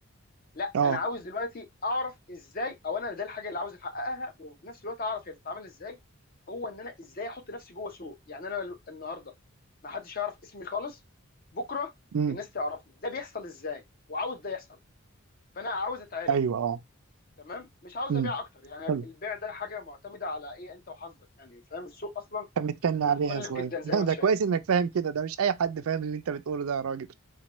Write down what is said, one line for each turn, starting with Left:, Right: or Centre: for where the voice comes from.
Left: لا
Right: اه
Left: انا عاوز دلوقتي اعرف ازاي او انا ده الحاجه اللي عاوز احققها وفي نفس الوقت اعرف هي بتتعمل ازاي هو ان انا ازاي احط نفسي جوه سوق يعني انا النهارده ما حدش يعرف اسمي خالص بكره
Right: امم
Left: الناس تعرفني ده بيحصل ازاي وعاوز ده يحصل فانا عاوز اتعرف
Right: ايوه اه
Left: تمام مش عاوز
Right: امم
Left: ابيع اكتر يعني
Right: حلو
Left: البيع ده حاجه معتمده على ايه انت وحظك يعني فاهم السوق اصلا
Right: انت مستني
Left: متقلب
Right: عليها شوية
Left: جدا زي
Right: <laughs> لا
Left: ما انت
Right: ده
Left: شايف
Right: كويس انك فاهم كده ده مش اي حد فاهم اللي انت بتقوله ده يا راجل